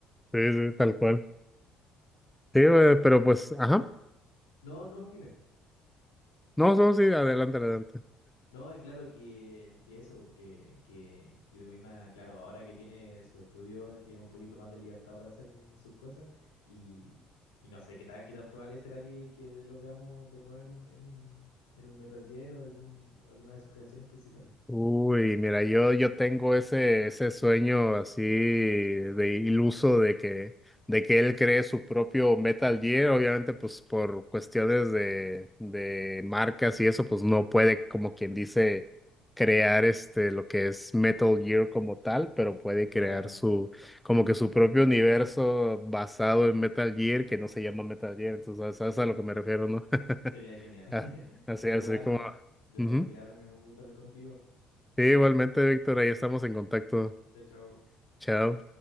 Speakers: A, in the centre; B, on the left.
A: Sí, sí, tal cual. Sí, eh,
B: Ya,
A: pero pues, ajá.
B: no, no, dime.
A: No, no, sí, adelante, adelante.
B: No, eh, claro que, que eso, que, que Hideo Kojima, claro, ahora que tiene su estudio, tiene un poquito más de libertad para hacer sus cosas y, y no sé qué tan, qué tan probable será que, que lo veamos de nuevo en un, en un, en un Metal Gear o algún, alguna de sus creaciones principales.
A: Uy, mira, yo, yo tengo ese, ese sueño así de iluso de que, de que él cree su propio Metal Gear. Obviamente, pues por cuestiones de, de marcas y eso, pues no puede, como quien dice, crear este lo que es Metal Gear como tal, pero puede
B: Claro,
A: crear su, como que su propio universo basado en Metal Gear, que no se llama Metal Gear. Entonces, ¿sabes a lo que me refiero, no?
B: sería genial.
A: <laughs>
B: <laughs>
A: Así,
B: Ya
A: así
B: voy, Arnold,
A: como.
B: debo
A: Ujú.
B: retirarme, un gusto hablar contigo.
A: Sí, igualmente, Víctor, ahí estamos en contacto.
B: Chao, chao.
A: Chao.